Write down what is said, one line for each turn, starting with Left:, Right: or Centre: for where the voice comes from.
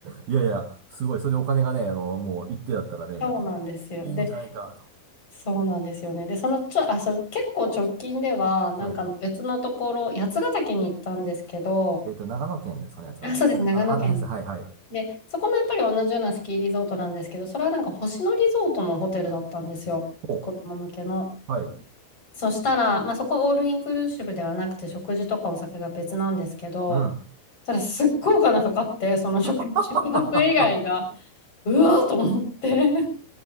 Right: いやいや、すごい、それでお金がね、あの、もう一定だったらね、
Left: そうなんですよ。
Right: いいんじゃないかと。
Left: で、そうなんですよね。で、そのちょ、あ、そう、結構直近では、なんか別のところ、
Right: はい。
Left: 八ヶ岳に行ったんですけど、
Right: えっと、長野県ですかね、やつがだけでした。
Left: あ、そうです、長野県です。
Right: あの、あの辺です。はい、はい。
Left: で、そこもやっぱり同じようなスキーリゾートなんですけど、それはなんか星野リゾートのホテルだったんですよ。
Right: ほ
Left: 子供向けの。
Right: う。はい。
Left: そしたら、まあ、そこオールインクルーシブではなくて、食事とかお酒が別なんですけど、
Right: うん。
Left: ただすっごいお金かかって、その食、
Right: <laughs>
Left: <laughs> 宿泊以外が、うわーと思って。